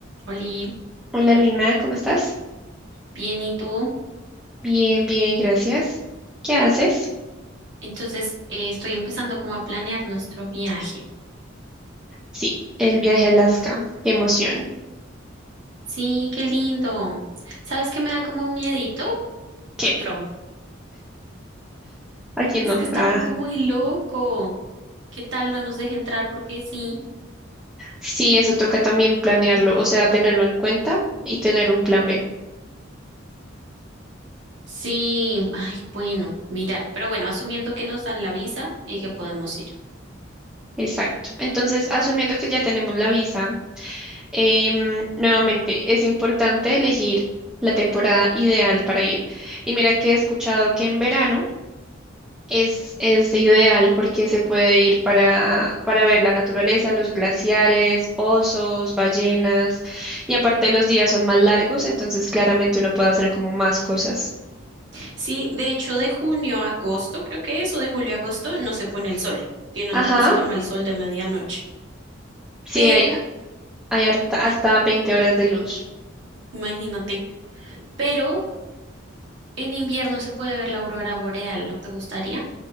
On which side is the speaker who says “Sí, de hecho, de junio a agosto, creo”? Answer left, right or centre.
Right